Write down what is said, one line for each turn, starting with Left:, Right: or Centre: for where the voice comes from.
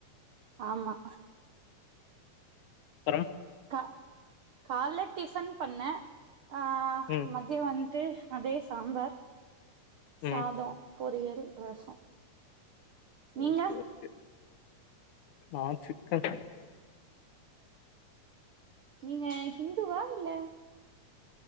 Right: ஆமா
Left: அப்பறம்
Right: அ கால டிஃபன் பண்ண அ
Left: ம்
Right: மதிய வந் ட்டு அதே சாம்பார் சாதோ
Left: ம்
Right: பொரியல் ரசோ நீங்க
Left: ஓகே ஓகே நா சிக்கன்
Right: நீங்க ஹிந்துவா இல்ல